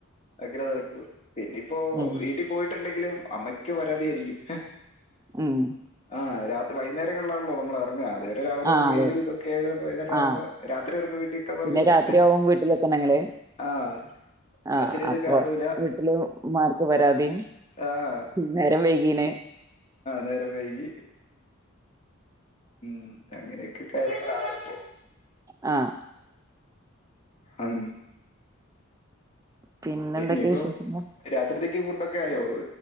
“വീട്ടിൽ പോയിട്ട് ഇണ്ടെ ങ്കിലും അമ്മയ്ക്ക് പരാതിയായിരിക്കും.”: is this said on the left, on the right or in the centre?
Left